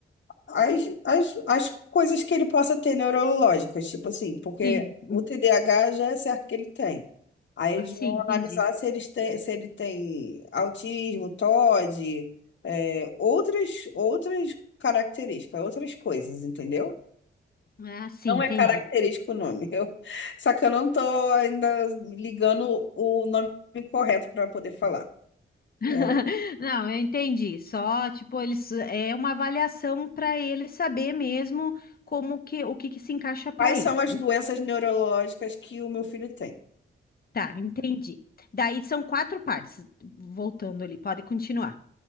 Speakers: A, on the left; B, on the left.
A: As, as, as coisas que ele possa ter neurológicas, tipo assim, porque
B: Sim, Hum,
A: o
B: sim,
A: TDAH já é certo que ele tem. Aí
B: assim,
A: eles vão
B: entendi.
A: analisar se, eles têm, se ele tem autismo, TOD, é, outras, outras características, outras coisas, entendeu?
B: Ah, sim,
A: Não
B: entendi.
A: é característico o nome. Eu, só que eu não tô ainda ligando o nome correto para poder falar. É,
B: <laughs> Não, eu entendi. Só, tipo, eles é uma avaliação para ele saber mesmo como que o que que se encaixa para
A: quais
B: ele.
A: são as doenças neurológicas que o meu filho tem?
B: Tá, entendi. Daí são quatro partes. Voltando ali, pode continuar.